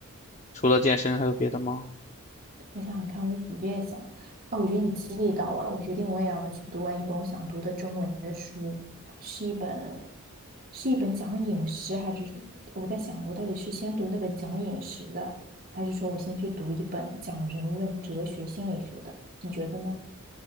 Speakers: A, on the left; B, on the right.
A: 除了健身还有别的吗？
B: 我想想看，我五月想啊，我觉得你激励到我了，我决定我也要去读完一本我想读的中文的书，是一本是一本讲饮食，还是我在想我到底是先读那本讲饮食的，还是说我先去读一本讲人文哲学、心理学的？你觉得呢？